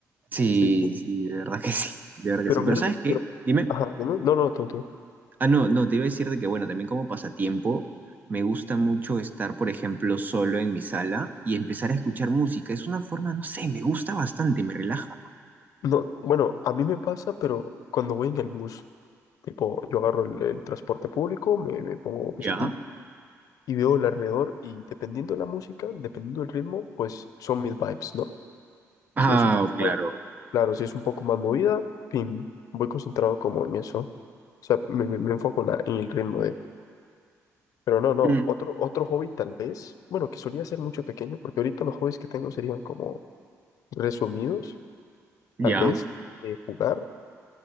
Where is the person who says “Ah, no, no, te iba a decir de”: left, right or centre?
Right